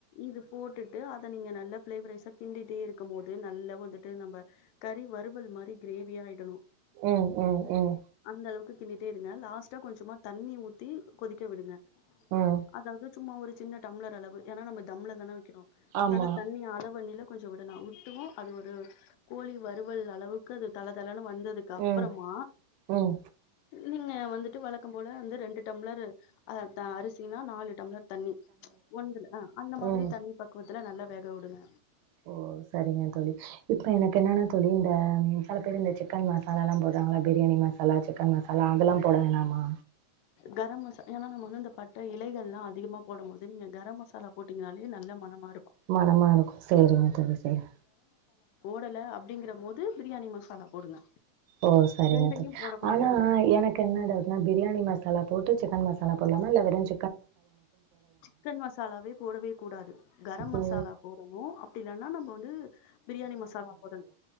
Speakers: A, on the left; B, on the right.
A: இது போட்டுட்டு அத நீங்க நல்லா பிளேவரைஸா கிண்டிட்டே இருக்க போது நல்ல வந்துட்டு நம்ப கறி வறுவல் மாரி கிரேவியா ஆயிடனு
B: ம் ம் ம்
A: அந்த அளவுக்கு கிண்டிட்டே இருங்க லாஸ்ட்டா கொஞ்சமா தண்ணி ஊத்தி கொதிக்க விடுங்க
B: ம்
A: அதாவது சும்மா ஒரு சின்ன டம்ளர் அளவு ஏன்னா நம்ம தம்ல தான கினோ அதனால
B: ஆமா
A: தண்ணி அளவு நிலம் கொஞ்ச விடணு வுட்டுவு அது ஒரு கோழி வருவல் அளவுக்கு அது தளதளன்னு வந் வந்ததுக் அப்புறமா
B: ம் ம்
A: நீங்க வந்துட்டு வளக்க போல வந்து ரெண்டு டம்ளரு அ த அரிசினா நாலு டம்ளர் தண்ணி ப்ச் ஒன்றுல அ அந்த மாதிரி
B: ம்
A: தண்ணி பக்குவத் த்தல நல்ல வேக விடுங்க
B: ஓ சரிங்க தோழி இப்ப எனக் என்னனா தோழி இந்த பல பேர் இந்த சிக்கன் மசாலாலாம் போட்ராங்களா பிரியாணி மசாலா சிக்கன் மசாலா அதலாம் போட வேணாம்மா
A: கரம் மசா ஏனா நம்ம வந்து இந்த பட்டை இலைகள்லா அதிகமா போடும் போது நீங்க கரம் மசாலா போட்டீங்னாலே நல்ல மனம்மா
B: மனமாருக்கு சேரிங் தோழி சேரி
A: தல்லே அப்டீங்கிற போது பிரியாணி மசாலா போடுங்க
B: ஓ சரிங்க
A: ரெண்டையு
B: தோழி
A: போடக்கூடாது
B: ஆனா
A: அது ரொம்
B: எனக்கு என்ன டவுட்னா பிரியாணி மசாலா போட்டு சிக்கன் மசாலா போட்லாமா இல வெரும்
A: சிக்கன் மசாலாவே போடவே கூடாது கரம் மசாலா
B: ஓ!
A: போடனு அப் இல்லனா நம்ம வந்து பிரியாணி மசாலா போடனும்